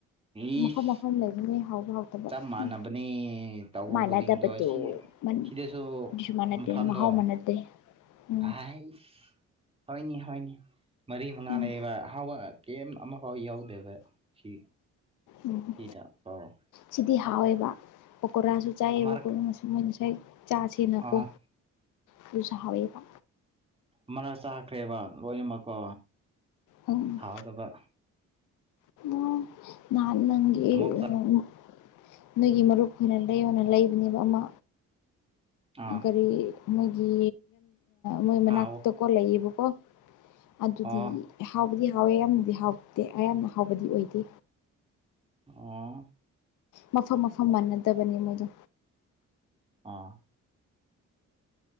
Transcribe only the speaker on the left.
ꯃꯐꯝ ꯃ ꯐꯝ ꯂꯩꯕꯅꯦ ꯍꯥꯎꯕ ꯍꯥꯎ ꯇꯕ
ꯍꯝ
ꯃꯥꯟꯅꯇꯕꯇꯣ
ꯃꯟ
ꯗꯨꯁꯨ ꯃꯥꯟꯅꯗꯦ
ꯃꯍꯥꯎ ꯃꯥꯟꯅꯗꯦ ꯎꯝ
ꯎꯝ
ꯎꯝ
ꯁꯤꯗꯤ ꯍꯥꯎꯋꯦꯕ ꯄꯀꯣꯔꯥꯁꯨ ꯆꯥꯏꯌꯦꯕ
ꯄꯣꯠꯅꯁꯦ ꯃꯣꯏꯅ ꯉꯁꯥꯏ ꯆꯥꯁꯦꯅꯀꯣ
ꯑꯗꯨꯁꯨ ꯍꯥꯎꯋꯦꯕ
ꯑꯝ
ꯎ ꯅꯥꯍꯥꯟ ꯅꯪꯒꯤ
ꯎꯔꯝ <unintelligible> ꯅꯣꯏꯒꯤ ꯃꯔꯨꯞ ꯍꯣꯏꯅ ꯂꯩꯌꯣꯅ ꯂꯩꯕꯅꯦꯕ ꯑꯃ
ꯀꯔꯤ ꯃꯣꯏꯒꯤ ꯃꯣꯏ ꯃꯅꯥꯛꯇꯀꯣ
ꯂꯩꯌꯦꯕꯀꯣ ꯑꯗꯨꯗꯤ
ꯍꯥꯎꯕꯗꯤ ꯍꯥꯎꯋꯦ ꯌꯥꯝꯅꯗꯤ ꯍꯥꯎꯇꯦ ꯑꯌꯥꯝꯅ ꯍꯥꯎꯕꯗꯤ ꯑꯣꯏꯗꯦ
ꯃꯐꯝ- ꯃꯐꯝ ꯃꯥꯟꯅꯗꯕꯅꯦ ꯃꯣꯏꯗꯣ